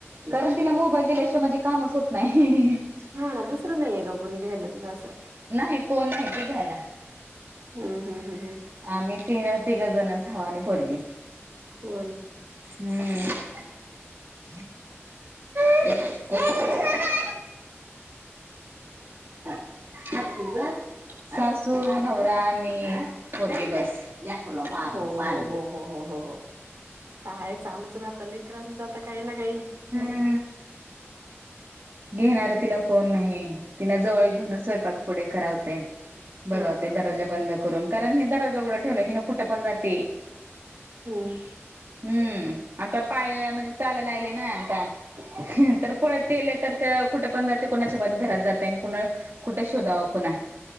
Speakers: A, on the right; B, on the right.
A: कारण तिला मोबाईल दिल्याशिवाय, माझे कामच होत नाही.
B: हा ना दुसरं नाहीये का कोणी घ्यायला? तिला असं
A: नाही कोण नाही की घ्यायला.
B: हम्म हम्म हम्म हम्म
A: आम्ही तीन तिघ जणच हाव आणि पोरगी.
B: हो ना.
A: हम्म.
B: हम् <inaudible>
A: नाही <inaudible> सासू, नवरा, मी, पोरगी बस. लेकरला मारल
B: हो
A: पाडल.
B: हो हो हो हो हो हो काय चालूच राहतं. लेकरांचं आता काही ना काही.
A: ह <inaudible> घेणार तिला कोण नाही. तिला जवळ घेऊनच स्वयंपाक पुढे करावते. बघावते.
B: हा हा
A: दरवाजा
B: हा
A: बंद करून. कारण मी दरवाजा उघडं ठेवला की, हि ना कुठं पण जाते.
B: हम्म.
A: हम्म आता पाय म्हणजे चालायला लागली ना आता. तर पळते लई तर कुठे पण जाते. कोणाच्या पण घरात जाते. आण कोणा कुठे शोधावं पुन्हा.